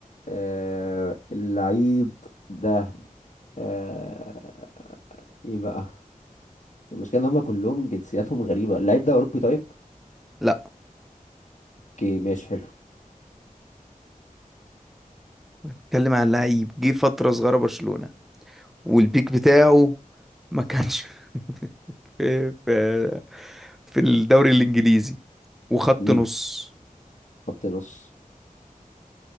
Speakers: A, on the left; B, in the centre.
A: أه اللعيب ده أه ايه بقى المشكلة ان هم كلهم جنسياتهم غريبة اللعيب ده اوروبي طيب
B: لا
A: اوكي ماشي حلو
B: اتكلم عن لعيب جه فترة صغيرة برشلونة والبيك بتاعه ما كانش <laughs> في في في الدوري الإنجليزي وخط
A: امم
B: نص
A: خط نص